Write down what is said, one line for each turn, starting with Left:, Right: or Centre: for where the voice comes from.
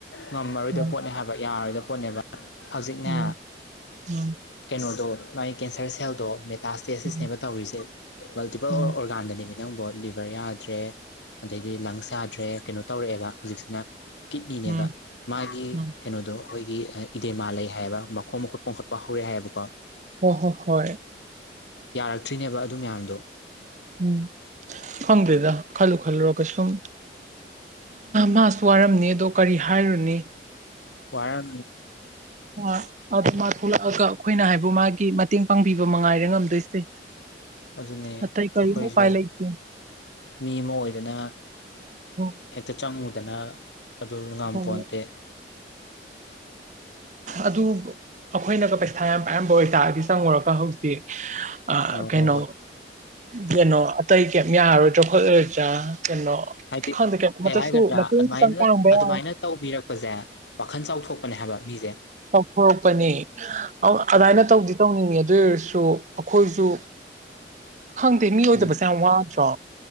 Left: ꯉꯝꯃꯔꯣꯏꯗꯕ
Right: ꯎꯝ
Left: ꯄꯣꯠꯅꯦ ꯍꯥꯏꯕ ꯌꯥꯔꯣꯏꯗꯕ ꯄꯣꯠꯅꯦꯕ ꯍꯧꯖꯤꯛꯅꯦ
Right: ꯎꯝ ꯎꯝ
Left: ꯀꯩꯅꯣꯗꯣ ꯃꯥꯒꯤ ꯀꯦꯟꯁꯔ ꯁꯦꯜꯗꯣ ꯂꯥꯁ ꯇꯦꯁꯇꯁꯅꯦꯕ
Right: ꯎꯝ
Left: ꯇꯧꯔꯤꯁꯦ ꯃꯜꯇꯤꯄꯜ ꯑꯣꯔ
Right: ꯎꯝ
Left: ꯑꯣꯔꯒꯥꯟꯗꯅꯦꯃꯤ ꯅꯪꯕꯣ ꯂꯤꯚꯔ ꯌꯥꯗ꯭ꯔꯦ ꯑꯗꯩꯗꯤ ꯂꯪ ꯁꯥꯗ꯭ꯔꯦ ꯀꯩꯅꯣ ꯇꯧꯔꯛꯑꯦꯕ ꯍꯧꯖꯤꯛꯁꯤꯅ ꯀꯤꯠꯅꯤꯅꯦꯕ
Right: ꯎꯝ
Left: ꯃꯥꯒꯤ
Right: ꯎꯝ
Left: ꯀꯩꯅꯣꯗꯣ ꯑꯩꯈꯣꯏꯒꯤ ꯏꯗꯦꯃꯥ ꯂꯩ ꯍꯥꯏꯕ ꯃꯈꯣꯡ ꯃꯈꯨꯠꯄꯈꯠꯄ ꯍꯧꯔꯦ ꯍꯥꯏꯕꯀꯣ
Right: ꯑꯣ ꯍꯣ ꯍꯣꯏ
Left: ꯌꯥꯔꯛꯇ꯭ꯔꯤꯅꯦꯕ ꯑꯗꯨ ꯃꯌꯥꯝꯗꯣ
Right: ꯎꯝ ꯐꯪꯗꯦꯗ ꯈꯜꯂꯨ ꯈꯜꯂꯨꯔꯒ ꯁꯨꯝ ꯃꯥꯁꯨ ꯋꯥꯔꯝꯅꯤ ꯑꯗꯣ ꯀꯔꯤ ꯍꯥꯏꯔꯨꯅꯤ
Left: ꯋꯥꯔꯦ
Right: ꯑ ꯑꯗꯨ ꯃꯥ ꯊꯣꯛꯂꯛꯑꯒ ꯑꯩꯈꯣꯏꯅ ꯍꯥꯏꯕꯨ ꯃꯥꯒꯤ ꯃꯇꯦꯡ ꯄꯥꯡꯕꯤꯕ ꯃꯉꯥꯏꯔ ꯉꯝꯗꯣꯏꯁꯦ
Left: ꯑꯗꯨꯅꯦ
Right: ꯑꯇꯩ ꯀꯔꯤꯃ
Left: ꯑꯩꯈꯣꯏꯁꯨ
Right: ꯄꯥꯏ ꯂꯩꯁꯤ
Left: ꯃꯤ ꯑꯃ ꯑꯣꯏꯗꯅ
Right: ꯍꯣꯏ
Left: ꯍꯦꯛꯇ ꯆꯪꯉꯨꯗꯅ ꯑꯗꯨ ꯉꯝ
Right: ꯍꯣꯏ
Left: ꯄꯣꯟꯇꯦ
Right: ꯑꯗꯨ ꯑꯩꯈꯣꯏꯅꯒ ꯄꯩꯁꯥ ꯌꯥꯝ ꯄꯥꯏꯔꯝꯕ ꯑꯣꯏꯇꯥꯔꯗꯤ ꯆꯪꯉꯨꯔꯒ ꯍꯧꯖꯤꯛ ꯑ
Left: ꯍꯣꯏ
Right: ꯀꯩꯅꯣ
Left: ꯍꯣꯏ ꯍꯣꯏ
Right: ꯀꯩꯅꯣ ꯑꯇꯩ ꯀꯩ ꯌꯥꯔꯔꯣꯏꯗ꯭ꯔꯣ ꯈꯣꯠꯂꯣꯏꯗ꯭ꯔꯥ ꯀꯩꯅꯣ
Left: ꯍꯥꯏꯗꯤ
Right: ꯈꯪꯗꯦ ꯀꯩꯅꯣꯃꯇꯁꯨ
Left: ꯀꯩ ꯍꯥꯏꯒꯗ꯭ꯔꯥ
Right: ꯃꯇꯦꯡ
Left: ꯑꯗꯨꯃꯥꯏꯅ
Right: ꯈꯤꯇꯪ ꯄꯥꯡꯕ
Left: ꯑꯗꯨꯃꯥꯏꯅ
Right: ꯌꯥꯏ
Left: ꯇꯧꯕꯤꯔꯛꯄꯁꯦ ꯋꯥꯈꯜ ꯆꯥꯎꯊꯣꯛꯄꯅꯦ ꯍꯥꯏꯕ ꯃꯤꯁꯦ
Right: ꯇꯧꯊꯣꯔꯛꯄꯅꯤ ꯑꯗꯨꯃꯥꯏꯅ ꯇꯧꯗꯤ ꯇꯧꯅꯤꯡꯉ ꯑꯗꯨ ꯑꯣꯏꯔꯁꯨ ꯁꯨ ꯑꯩꯈꯣꯏꯁꯨ ꯈꯪꯗꯦ ꯃꯤ ꯑꯣꯏꯗꯕꯁꯦ
Left: ꯎꯝ
Right: ꯌꯥꯝ ꯋꯥꯗ꯭ꯔꯣ